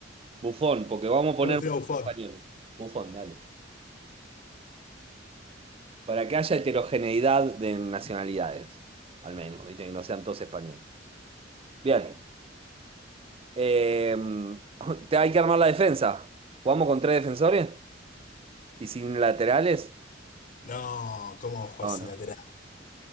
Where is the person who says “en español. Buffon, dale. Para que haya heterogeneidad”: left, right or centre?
Right